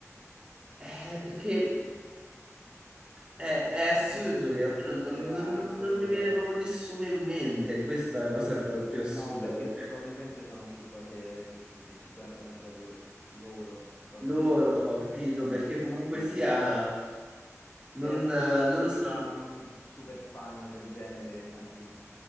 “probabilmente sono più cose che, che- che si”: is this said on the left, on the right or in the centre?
Left